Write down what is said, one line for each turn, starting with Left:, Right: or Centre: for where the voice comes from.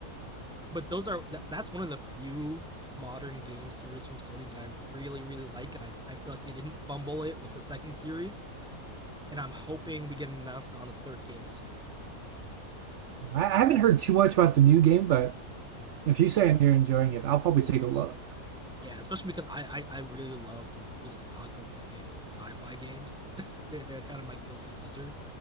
Centre: But those are th- that's one of the few modern game series from Sony that I really really like and I I feel like they didn't fumble it with the second series and I'm hoping we get an announcement on the third game soon.
Right: I, I haven't heard too much about the new game, but if you say you're enjoying it, I'll probably take a look.
Centre: Yeah, especially because I I, I really love post-apocalyptic sci-fi games. <laughs> they're they're kind of my guilty pleasure.